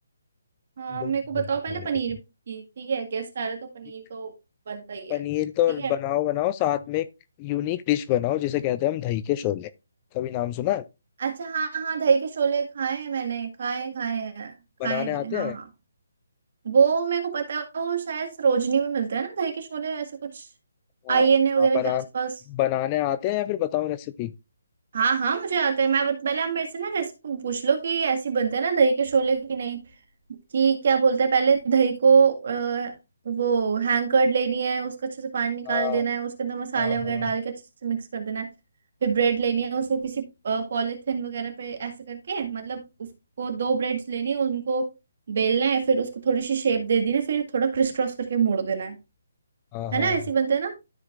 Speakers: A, on the right (about 50°); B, on the left (about 20°).
A: हाँ
B: दो
A: मेरे
B: चीज़ों
A: को बताओ
B: की
A: पहले
B: है
A: पनीर
B: अभी तो
A: की ठीक है गेस्ट आ रहे हैं तो पनीर
B: एक
A: तो बनता ही
B: पनीर
A: है
B: तो
A: ठीक है
B: बनाओ बनाओ साथ में एक यूनिक डिश बनाओ जिसे कहते हैं हम दही के शोले कभी नाम सुना है
A: अच्छा हाँ हाँ दही के शोले खाए हैं मैंने खाए हैं, खाए हैं, खाए
B: बनाने
A: हैं मैंने
B: आते
A: हाँ
B: हैं
A: हाँ वो मेरे को पता है वो शायद सरोजनी में मिलता है ना दही के शोले ऐसे कुछ
B: हाँ
A: आईएनए
B: हाँ,
A: वगैरह
B: बना
A: के आसपास
B: बनाने आते हैं या फिर बताओ रेसिपी
A: हाँ हाँ मुझे आता है मैं बत- पहले आप मेरे से ना रेसिपी पूछ लो कि ऐसी बनते हैं ना दही के शोले की नहीं कि क्या बोलते हैं पहले दही को अ, वो हैंग कर लेनी है उसका अच्छे से पानी निकाल
B: हाँ
A: देना है उसके अंदर मसाले
B: हाँ
A: वगैरह
B: हाँ
A: डाल के अच्छे से मिक्स कर देना है फिर ब्रेड लेनी है उसको किसी पॉलिथिन वगैरह पे ऐसे करके मतलब उसको दो ब्रेड्स लेनी है उनको बेलना है फिर उसको थोड़ी सी शेप दे देनी है फिर थोड़ा क्रिस क्रॉस करके मोड़ देना है
B: हाँ
A: है
B: हाँ
A: ना ऐसे बनते हैं ना